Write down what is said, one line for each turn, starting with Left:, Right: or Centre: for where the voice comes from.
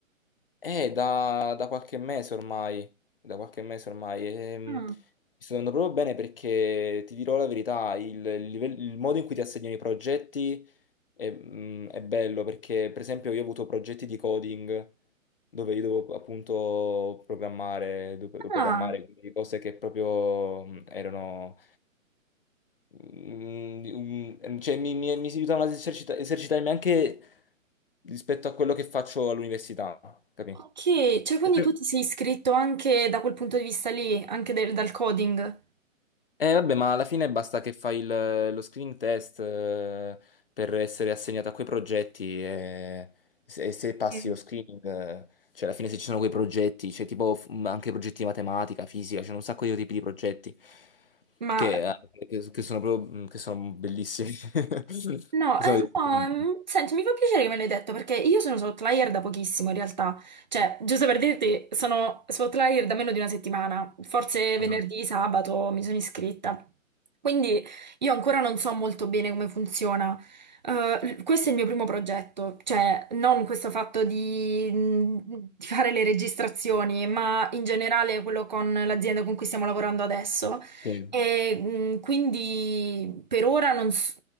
Left: è da, da qualche mese ormai, da qualche mese ormai, ehm,
Right: Mm.
Left: mi sto andando proprio bene perché ti dirò la verità, il, il livello- il modo in cui ti assegnano i progetti è, mm, è bello perché per esempio io ho avuto progetti di coding dove io dovevo appunto programmare, dovevo programmare
Right: Ah.
Left: quindi cose che proprio mm, erano Mm, un- mm, cioè, mi, mi, mi si aiutavano ad esercita- esercitarmi anche rispetto a quello che faccio all'università, capì?
Right: Ok, cioè quindi
Left: E per-
Right: tu ti sei iscritto anche da quel punto di vista lì, anche del- dal coding,
Left: Eh, vabbè, ma alla fine basta che fai il- lo screening test eh, per essere assegnato a quei progetti e se, se passi
Right: Sì.
Left: lo screening, eh, cioè alla fine se ci sono quei progetti, c'è tipo f- anche progetti di matematica, fisica, c'è un sacco di tipi di progetti
Right: ma
Left: che, eh, che- che sono proprio mm, che sono bellissimi. <laughs>
Right: No, eh,
Left: Sono divertenti.
Right: no, mm, senti, mi fa piacere che me l'hai detto perché io sono su Outlier da pochissimo in realtà, cioè, giusto per dirti, sono su Outlier da meno di una settimana, forse venerdì,
Left: Ah,
Right: sabato mi sono iscritta, quindi io ancora non so molto bene come funziona. Eh, questo è il mio primo progetto, cioè non questo fatto di, mm, di fare le registrazioni, ma in generale quello con l'azienda con cui stiamo lavorando adesso.
Left: sì.
Right: E, mh, quindi per ora non so,